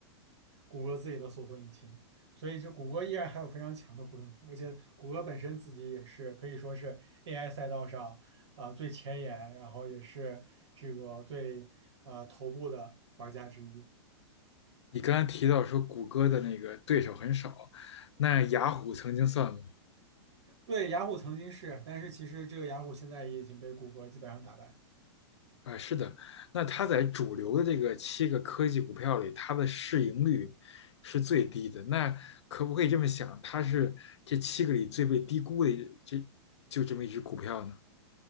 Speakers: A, on the right; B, on the left.
A: 谷歌自己的搜索引擎，所以这谷歌依然还有非常强的护城河，而且谷歌本身自己也是可以说是 AI 赛道上啊、最前沿，然后也是这个最啊头部的玩家之一。
B: 你刚才提到说谷歌的那个对手很少，那雅虎曾经算吗？
A: 对，雅虎曾经是，但是其实这个雅虎现在也已经被谷歌基本上打败。
B: 啊，是的，那它在主流的这个七个科技股票里，它的市盈率是最低的。那可不可以这么想，它是这七个里最被低估的这就这么一只股票呢？